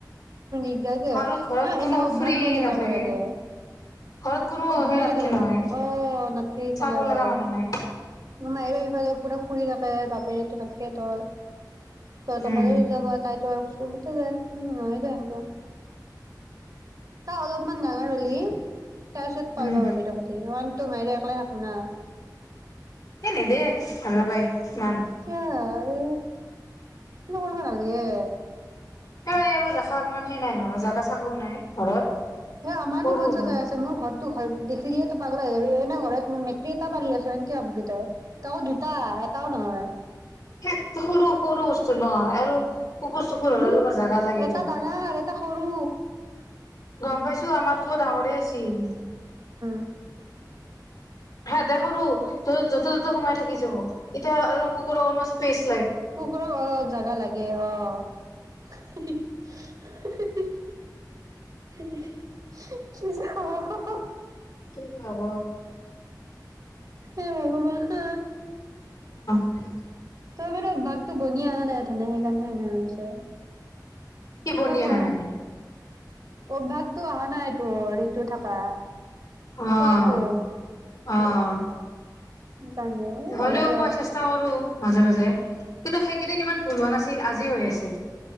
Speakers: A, on the right; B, on the left.
A: দিগদাৰি দে,
B: আৰু ঘৰত
A: নহয়
B: কোনো
A: এটা অভ্যাস
B: ফ্ৰী
A: বনাই
B: নাথাকে
A: লব লাগে,
B: ঘৰত কোনো
A: অভ্যাস
B: সেই নাথকে
A: এটা বনাব
B: নহয়
A: লাগে অ', নাথকে এইফালে
B: চাব লগা
A: অ',
B: মানুহ নাই
A: মায়েৰে এইফালে, পূৰা। ফুৰি থিখে তাকেই তেনেকে তই। তহঁতৰফালে
B: উম
A: যাব তাইতো আৰু। স্কুলতে যায়। উম হয় এনকা। তই অলপমান ডাঙৰহলি। তাৰ পিছত
B: উম
A: পালা পাৰিবা পাৰি তহঁতি কাৰন তোমি একেলে থাক। শুনা।
B: এনে দেই ভাল নাপায় ইমান
A: কিয় এ। <unintelligible> উয়ে।
B: এ এইবোৰ ৰখা মন হে নাই নহয় জাগা চাগাও নাই ঘৰত।
A: এ আমাৰনো
B: সৰু
A: কঞ্চা
B: ঘৰ
A: যাগা আছে মোৰ ঘৰত। ঘৰত দেখিলিয়ে পাগলা হৈ যাবি এ ন ঘৰত মেকুৰী এটা পালি আছো। সেনকে ভাবিবি তই তাকো দুটা এটাও নহয়।
B: সে সৰু সৰু বস্তু নহয় আৰু। কুকুৰ চকুৰ হলে
A: উম
B: অলপমান জাগা লাগেতো
A: এটা ডাঙৰ এটা সৰু
B: গম পাইছো আমাৰতো ডাঙৰে আছিল।
A: <unintelligible>
B: হে এটা সৰু। যতে ততে সোময় থাকি যাব এতিয়া কুকুৰ অকন স্পেছ।
A: কুকুৰক অলপ জাগা লাগে অ। হি হি। হি হি হি হি কিযে হ'ব হ হ।
B: কিযে হ'ব।
A: এই বাবা <unintelligible>
B: <unintelligible>
A: তই বাৰু বাঘটো বনি অহা নাই অধনি সেইকাৰণে এনে হৈছে।
B: কি বনি
A: আৰু পাৰ
B: আহা নাই?
A: অভ্যাসটো আহা নাই অ ঋতু থাকা,
B: অ
A: কোৱাটো।
B: অ
A: অ
B: হ'লেও
A: হ'বদে
B: মই চেষ্টা কৰো মাজে মাজে-। কিন্তু সেইকেইদিন ইমান ভুল হোৱা নাছিল। ছিল আজিও হৈ আছে।